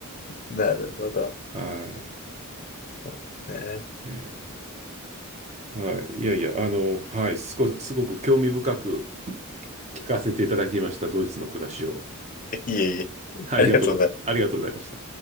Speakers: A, on the left; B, on the right.
A: なるほど。
B: はい。
A: <laughs> そうですね。
B: えーはい、いやいや、あの、はい、すこ、すごく興味深く聞かせていただきました、ドイツの暮らしを。
A: <laughs> いえいえ。
B: ありがとう、
A: ありがとうございます。
B: ありがとうございました。